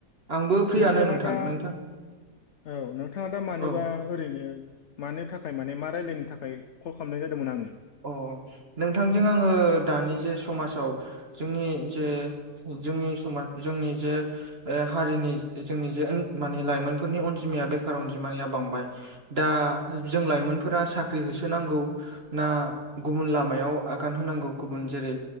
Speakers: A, on the right (about 40°); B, on the left (about 80°).
A: आंबो फ्रियानो
B: नोंथाङा
A: नोंथां
B: दा
A: नोंथां
B: औ नोंथाङा दा मानोबा
A: औ
B: ओरैनो मानो थाखाय माने मा रायलायनो थाखाय कल खालामनाय जादोंमोन आङो
A: अ नोंथांजों आङो दानि जे समाजाव जोंनि जे जोंनि समाज जोंनि जे ओ हारिनि जोंनि जे माने लाइमोनफोरनि अनजिमाया बेखार अनजिमानिया बांबाय। दा जों लाइमोनफोरा साख्रि होसोनांगौ। ना गुबुन लामायाव आगान होनांगौ गुबुन जेरै